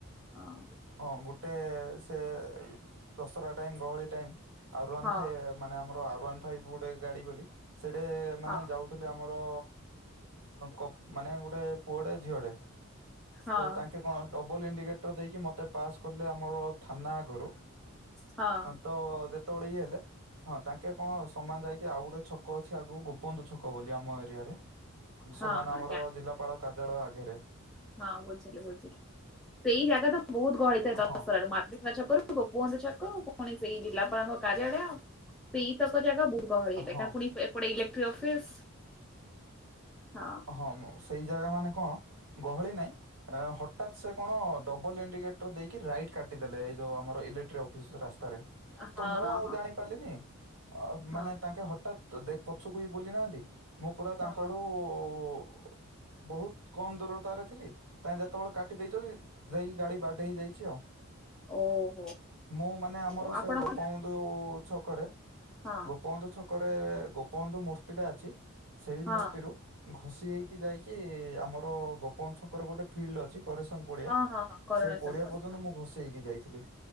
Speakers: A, in the centre; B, on the right.
A: ହଁ।
B: ହଁ ଗୋଟେ ସେ ଦଶରା ଟାଇମ୍ ଗହଳି ଟାଇମ୍। ଆରୱାନ
A: ହଁ
B: ଫାଇ ମାନେ ଆମର ଆରୱାନ ଫାଇଭ ଗୋଟେ ଗାଡି ବୋଲି ସେଟେ
A: ହଁ
B: ମାନେ ଯାଉ ଥିଲେ ଆମର କ-ମାନେ ଗୋଟେ ପୁଅଟେ ଝିଅଟେ।
A: ହଁ
B: ତ ତାଙ୍କେ କଣ ଡବଲ ଇଣ୍ଡିକେଟର ଦେଇକି ମତେ ମତେ ପାସ୍ କଲେ ଆମର ଥାନା ଆଗରୁ।
A: ହଁ
B: ତ ଯେତେବେଳେ ଇଏ ହେଲେ ହଁ। ତାଙ୍କେ କଣ ସମାନ ଯାଇକି ଆଉ ଗୋଟେ ଛକ ଅଛି। ଆଗକୁ ଗୋପବନ୍ଧୁ ଛକ ବୋଲି ଆମ ଏରିଆରେ।
A: ହଁ
B: ସମାନ
A: ହଁ
B: ଆମର
A: ଜା
B: ଜିଲ୍ଲାପାଳ କାର୍ଯ୍ୟାଳୟ ଆଗରେ।
A: <unintelligible> ଗୋପବନ୍ଧୁ
B: ହଁ
A: ଛକ ପୁଣି ସେଇ ଜିଲ୍ଲାପାଳଙ୍କ କାର୍ଯ୍ୟାଳୟ। ସେଇ ତକ ଜାଗା ବହୁତ୍ ଗହଳି
B: ହଁ
A: ହେଇଥାଏ। ତା ପୁଣି ଏପଟେ ଇଲେକ୍ଟ୍ରିକ୍ ଅଫିସ୍। ହ।
B: ହଁମ ସେଇ ଜାଗା ମାନେ କଣ ଗହଳି ନାଇଁ ଆ ହଟ୍ ହଟାତ୍ ସେ କଣ ଡବଲ ଇଣ୍ଡିକେଟର ଦେଇକି ରାଇଟ୍ କାଟିଦେଲେ। ଏଇ ଯୋଉ ଆମର ଇଲେକ୍ଟ୍ରିକ୍ ଅଫିସ ରାସ୍ତାରେ।
A: ହଁ
B: ତ ମୁଁ ଆଉ
A: ହଁ
B: ଜାଣିପାରିଲିନି। ଅ-ମାନେ
A: ହଁ।
B: ତାଙ୍କେ ହଠାତ୍ ଦେଖ୍ ପଛକୁ ବିି ବୁଲି ନାହାନ୍ତି। ମୁଁ ପୁରା
A: ହଁ
B: ତାଙ୍କ
A: ହଁ
B: ଆଡୁ ବଉ ବହୁତ୍ କମ ଦୂରତାରେ ଥିଲି। ତାଙ୍କେ ଯେତେବେଳେ କାଟି ଦେଇଛନ୍ତି ଯାଇକି ଗାଡ଼ି ବାଡେଇ ହେଇଯାଇଛି ଆଉ।
A: ଓହୋ
B: ମୁଁ ମାନେ ଆମର
A: ଓହୋ ଆପଣ
B: ସେ ଗୋପବନ୍ଧୁ
A: ହଁ
B: ଯୋଉ ଛକରେ
A: ହଁ
B: ଗୋପବନ୍ଧୁ ଛକରେ ଗୋପବନ୍ଧୁ ମୂର୍ତ୍ତି ଟା ଅଛି। ସେଇ
A: ହଁ
B: ମୂର୍ତ୍ତିରୁ ଘଷି ହେଇକି ଯାଇକି ଆମର ଗୋପବନ୍ଧୁ ଛକରେ ଗୋଟେ ଫିଲ୍ଡ ଅଛି। କରେସନ୍ ପଡିଆ।
A: ହଁ ହଁ କରୁଣାସନ
B: ସେଇ ପଡିଆ
A: ପଡି
B: ପର୍ଯ୍ୟନ୍ତ ମୁଁ ଘଷି ହେଇକି ଯାଇଥିଲି।